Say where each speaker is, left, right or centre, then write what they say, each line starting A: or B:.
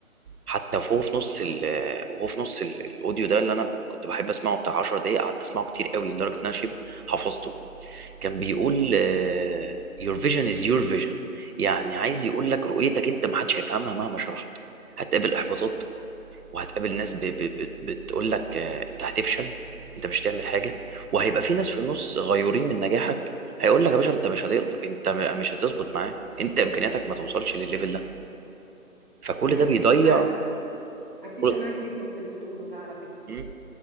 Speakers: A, on the right; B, on the right.
A: حتى وهو في نص ال آه، وهو في نص ال- الاوديو ده اللي انا كنت بحب اسمعه بتاع 10 دقايق قعدت اسمعه كتير قوي لدرجه ان انا شبه حفظته كان بيقول آه، your vision is your vision يعني عايز يقول لك رؤيتك انت ما حدش هيفهمها مهما شرحت هتقابل احباطات وهتقابل ناس ب... ب... ب... بتقول لك آه، انت هتفشل انت مش هتعمل حاجه وهيبقى في ناس في النص غيورين من نجاحك هيقول لك يا باشا انت مش هتقدر انت م- مش هتظبط معاه انت امكانياتك ما توصلش للليفل ده فكل
B: انا
A: ده
B: اتفق
A: بيضيع
B: معاك اتفق
A: قول-
B: معاك جدا في اللي بتقوله ده على فكرة
A: مم.